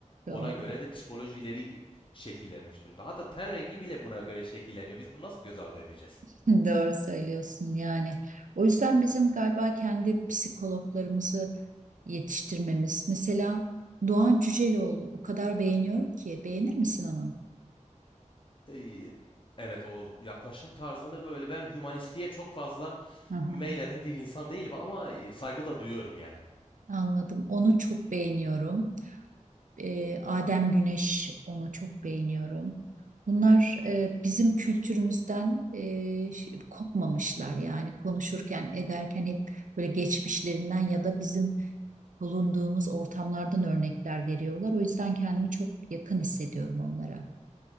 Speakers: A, on the right; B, on the left.
A: doğru.
B: Ona göre de psikolojileri şekillenmiş durumda. Hatta ten rengi bile buna göre şekilleniyor. Biz bunu nasıl göz ardı edeceğiz?
A: <laughs> Doğru söylüyorsun yani. O yüzden bizim galiba kendi psikologlarımızı yetiştirmemiz. Mesela Doğan Cüceloğlu o kadar beğeniyorum ki. Beğenir misin onu?
B: Ee, Evet o yaklaşım tarzını böyle ben hümanistliğe çok fazla
A: Aha.
B: meyleden bir insan değilim ama saygı da duyuyorum yani.
A: Anladım. Onu çok beğeniyorum. Ee, Adem Güneş onu çok beğeniyorum. Bunlar e, bizim kültürümüzden e, ş- kopmamışlar. Yani konuşurken ederken hep böyle geçmişlerinden ya da bizim bulunduğumuz ortamlardan örnekler veriyorlar. O yüzden kendimi çok yakın hissediyorum onlara.